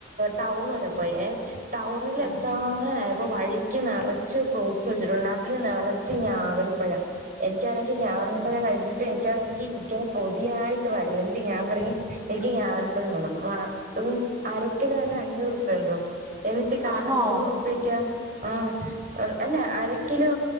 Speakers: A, on the right; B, on the right.
A: ടൗൺ വരെ പോയേ ടൗണിൽ എന്തനായപ്പോ
B: ഉം
A: വഴിക്ക് നിറച്ച് ഫ്രൂട്ട്സ് വെച്ചിട്ടുണ്ട് അതില് നിറ ച്ച് ഞാവൽപ്പഴം എനിക്കാണെങ്കിൽ ഞാവൽപ്പഴം
B: ആഹ്
A: കണ്ടിട്ട് എനിക്കാണെങ്കിൽ എനിക്കങ്ങ് കൊതിയ <unintelligible> എന്നി്ട്ട് ഞാൻ പറിഞ്ഞു എനിക്ക് ഞാവൽ <unintelligible> അ ഇമ്മം അരക്കിലോന്ന് അഞ്ഞൂറുപ്പിയ എന്തോ എന്നിട്ട് കാ
B: ആണോ
A: നൂറുപ്യക്യാ ആ അല്ല ആ അരക്കിലോ